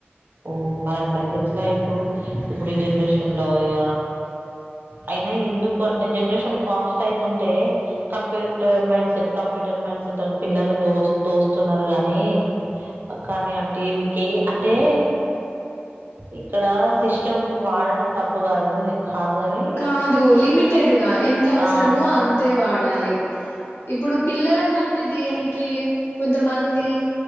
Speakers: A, on the right; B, on the left.
A: ఓ మరి అట్లయితే ఎట్లా ఇప్పుడు ఇప్పుడు ఈ జనరేషన్ లో ఇక అయినా ఎందుకు అంటే జనరేషన్ ఫాస్ట్ అయివుతుంటే computer mind set compute mind set అని పిల్లల్ని తో తోస్తున్నారు గాని కానీ టీ వికి అంటే ఇక్కడ సిస్టమ్ వాడడం తప్పు కాదు గానీ
B: కాదు లిమిటెడ్ గా ఎంత అవసరమో
A: ఆ!
B: అంతే వాడాలి ఇప్పుడు పిల్లలకంటే దేనికి కొంతమంది